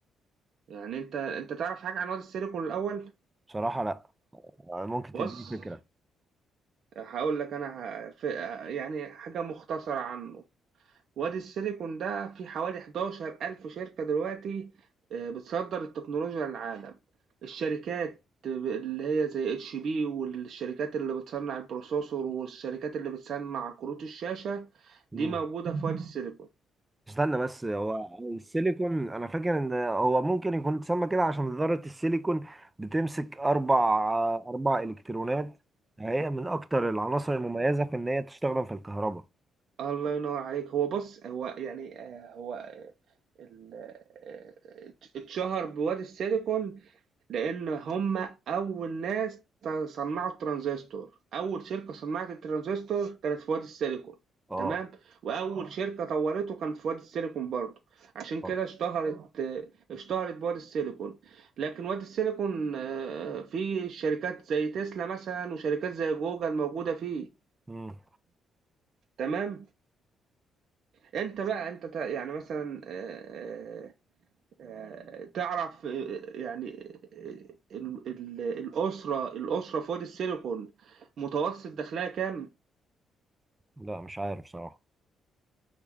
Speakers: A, on the right; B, on the right.
A: يعني أنت أنت تعرف حاجة عن وادي السيليكون الأول؟
B: بصراحة لا ممكن
A: بُص
B: تديني فكرة
A: هاقول لك أنا ه ف يعني حاجة مختصرة عنّه. وادي السيليكون ده في حوالي 11,000 شركة دلوقتي آه، بتصدر التكنولوجيا للعالم الشركات اللي هي زي اتش بي والشركات اللي بتصنع البروسيسور والشركات اللي بتصنع كروت الشاشة
B: مم.
A: دي موجودة في وادي السيليكون
B: استنى بس هو السيليكون انا فاكر ان هو ممكن يكون اتسمى كده عشان ذرة السيليكون بتمسك اربع اربع الكترونات هي من اكتر العناصر المميزة في ان هي تستخدم في الكهرباء
A: الله ينور عليك هو بص هو يعني آه، هو ال- آه، آه، اتشهر بوادي السيليكون لأن هم أول ناس صنعوا الترانزستور أول شركة صنعت الترانزستور كانت في وادي السيليكون
B: اه
A: تمام وأول اه شركة طورته كانت في وادي السيليكون برضه عشان
B: اه
A: كده اه اشتهرت آه، اشتهرت بوادي السيليكون لكن وادي السيليكون آه، فيه شركات زي تسلا مثلا وشركات زي جوجل موجودة فيه
B: مم.
A: تمام انت بقى انت تع- يعني مثلا آه، آه، آه، تعرف آه، يعني آه، ال- ال- الأسرة الأسرة في وادي السيليكون متوسط دخلها كام؟
B: لا مش عارف صراحة